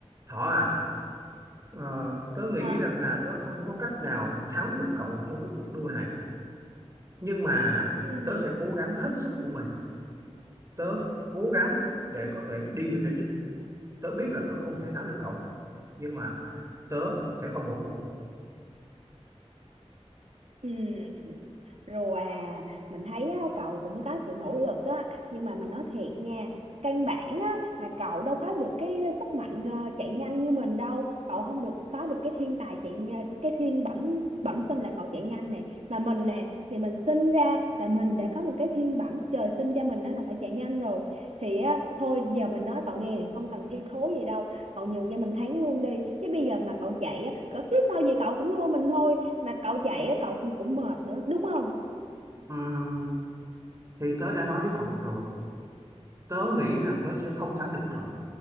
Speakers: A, on the right; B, on the right.
A: Thỏ à, ờ, tớ nghĩ
B: hả
A: rằng là tớ không có cách nào thắng được cậu trong cái cuộc đua này. Nhưng mà
B: ừ,
A: tớ sẽ cố gắng hết sức của mình. Tớ cố gắng để có thể đi được đến đích. Tớ biết là tớ không thể thắng được cậu. Nhưng mà tớ sẽ không bỏ cuộc.
B: ừ. rồi à mình thấy á, cậu cũng có sự nỗ lực á nhưng mà mình nói thiệt nha căn bản á là cậu đâu có được cái sức mạnh ờ, chạy nhanh như mình đâu cậu không được có được cái thiên tài chạy nha- cái thiên bẩm bẩm sinh là cậu chạy nhanh này mà mình nè thì mình sinh ra là mình đã có một cái thiên bẩm trời sinh cho mình đó là phải chạy nhanh rồi thì á thôi giờ mình nói cậu nghe không cần thi thố gì đâu cậu nhường cho mình thắng luôn đi chứ bây giờ mà cậu chạy á cậu chứ sao gì cậu cũng thua mình thôi mà cậu chạy á cậu cũng cũng mệt nữa đúng không
A: Ừm, thì tớ đã nói với cậu rồi. Tớ nghĩ rằng tớ sẽ không thắng được cậu.